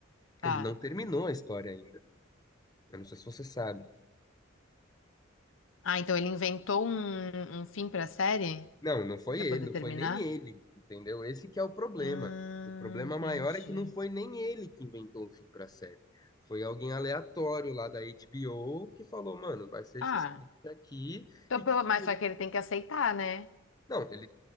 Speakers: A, on the left (about 75°); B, on the left (about 20°).
A: tá.
B: ele não terminou a história ainda. Eu não sei se você sabe.
A: Ah, então ele inventou um, um fim pra série?
B: Não, não foi
A: Pra
B: ele,
A: poder
B: não
A: terminar?
B: foi nem ele, entendeu? Esse que é o problema.
A: Hum,
B: O problema
A: entendi.
B: maior é que não foi nem ele que inventou um fim pra série. Foi alguém aleatório lá da HBO que falou, mano, vai ser esse
A: Ah,
B: script aqui
A: então
B: e
A: pelo...
B: que
A: mas
B: criou
A: só que ele tem que aceitar, né?
B: não, ele.